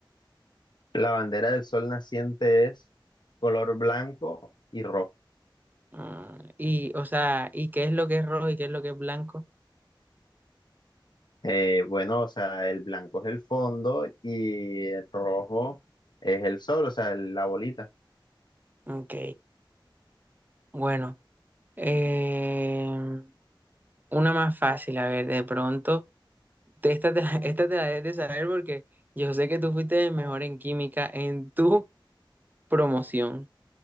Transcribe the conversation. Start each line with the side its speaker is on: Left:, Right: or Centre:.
Left: La bandera del sol naciente es color blanco y rojo.
Right: Mm, y, o sea, ¿y qué es lo que es rojo y qué es lo que es blanco?
Left: Eh, bueno, o sea, el blanco es el fondo y el rojo es el sol, o sea, el- la bolita.
Right: Ok, bueno. eh, una más fácil, a ver, de pronto. de Esta te, la- <laughs> esta te la debes de saber porque yo sé que tú fuiste el mejor en química en tu promoción.